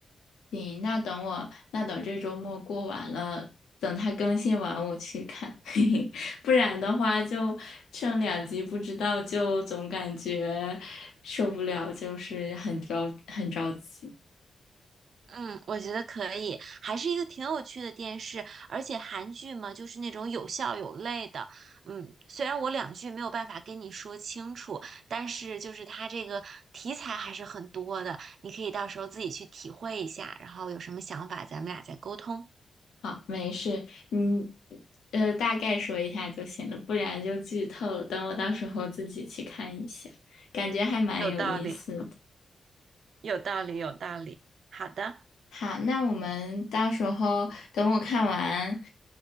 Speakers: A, on the left (about 85°); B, on the right (about 70°).
A: 行，那等我，那等这周末过完了，等它更新完我去看，<laughs> 嘿嘿，不然的话就剩两集，不知道就总感觉受不了，就是很着很着急。
B: 嗯，我觉得可以，还是一个挺有趣的电视，而且韩剧嘛，就是那种有笑有泪的。嗯，虽然我两句没有办法跟你说清楚，但是就是它这个题材还是很多的，你可以到时候自己去体会一下，然后有什么想法咱们俩再沟通。
A: 好，没事，你呃大概说一下就行了，不然就剧透了。等我到时候自己去看一下，感觉还蛮有意思的。
B: 有道理，有道理，有道理。好的，
A: 好，那我们到时候等我看完，